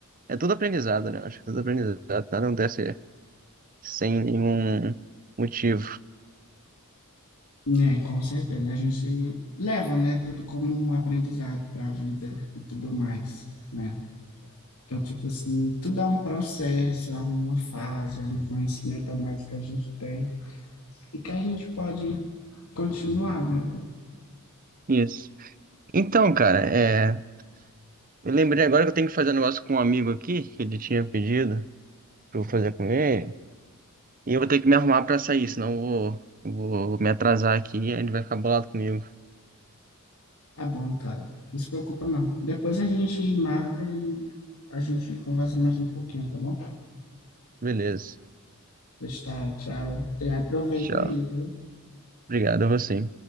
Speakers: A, on the right; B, on the left.
A: é tudo aprendizado, né? Acho que tudo aprendizado. Nada acontece sem nenhum motivo.
B: É, com certeza. A gente leva, né, tudo como um aprendizado para a vida e tudo mais, né? Então, tipo assim, tudo é um processo, é uma fase, é um conhecimento a mais que a gente tem e que a gente pode continuar, né?
A: Isso. Então, cara, é. Eu lembrei agora que eu tenho que fazer um negócio com um amigo aqui, que ele tinha pedido pra eu fazer com ele. E eu vou ter que me arrumar pra sair, senão eu vou, eu vou me atrasar aqui e ele vai ficar bolado comigo.
B: Tá bom, cara. Não se preocupa, não. Depois a gente marca e a gente conversa mais um pouquinho, tá bom?
A: Beleza.
B: Pois tá, tchau. E aproveita
A: Tchau.
B: aí, viu?
A: Obrigado a você.